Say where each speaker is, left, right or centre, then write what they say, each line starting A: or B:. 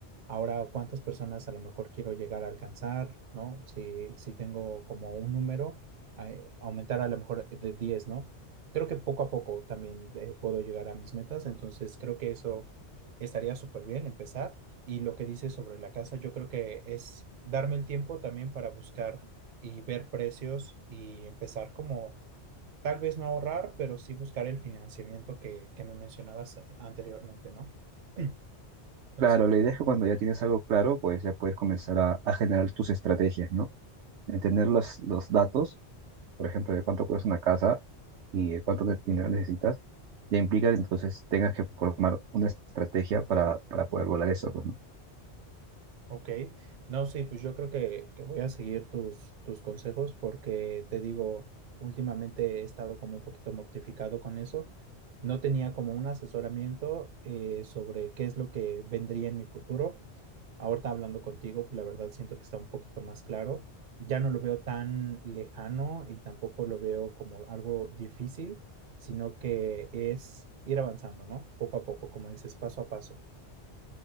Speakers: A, on the right; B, on the right.
A: Ahora, ¿cuántas personas a lo mejor quiero llegar a alcanzar? ¿No? Si, si tengo como un número, eh, aumentar a lo mejor de diez ¿no? Creo que poco a poco también eh, puedo llegar a mis metas, entonces creo que eso estaría súper bien empezar. Y lo que dices sobre la casa, yo creo que es darme el tiempo también para buscar y ver precios y empezar como tal vez no ahorrar, pero sí buscar el financiamiento que, que me mencionabas eh, anteriormente, ¿no? <clears throat> Entonces...
B: Claro, la idea es que cuando ya tienes algo claro, pues ya puedes comenzar a, a generar tus estrategias, ¿no? De tener los, los datos, por ejemplo, de cuánto cuesta una casa y de cuánto de dinero necesitas, ya implica que entonces tengas que formar una estrategia para, para poder lograr eso, pues, ¿no?
A: Ok, no, sí, pues yo creo que, que voy a seguir tus, tus consejos porque te digo, últimamente he estado como un poquito mortificado con eso. No tenía como un asesoramiento eh, sobre qué es lo que vendría en mi futuro. Ahorita hablando contigo, la verdad siento que está un poquito más claro. Ya no lo veo tan lejano y tampoco lo veo como algo difícil, sino que es ir avanzando, ¿no? Poco a poco, como dices, paso a paso.